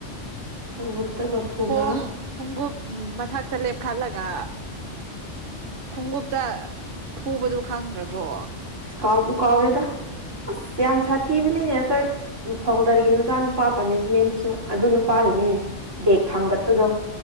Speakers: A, on the right (about 85°); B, on the right (about 50°).
A: ꯈꯣꯡꯎꯞꯇ ꯀꯐꯨꯕ
B: ꯈꯣꯡ ꯈꯣꯡꯎꯞ ꯃꯊꯛꯇ ꯂꯦꯞꯈꯠꯂꯒ ꯈꯣꯡꯎꯞꯇ ꯐꯨꯕꯗꯨꯣ ꯈꯪꯗ꯭ꯔꯕꯣ
A: ꯀꯥꯎꯕꯨ ꯀꯥꯎꯔꯦꯗ ꯑꯁ ꯌꯥꯝ ꯁꯥꯊꯤꯕꯅꯤꯅꯦ ꯐꯥꯎꯟꯗꯔꯒꯤ ꯃꯆꯥꯅꯨꯄꯥ ꯄꯅꯤꯁꯃꯦꯟꯗꯨꯁꯨ ꯑꯗꯨ ꯅꯨꯄꯥꯒꯤꯅꯤꯅꯦ
B: ꯑꯗꯨꯅꯦ
A: ꯕꯦꯒ
B: ꯎꯝ
A: ꯊꯥꯡꯒꯠꯄꯗꯣ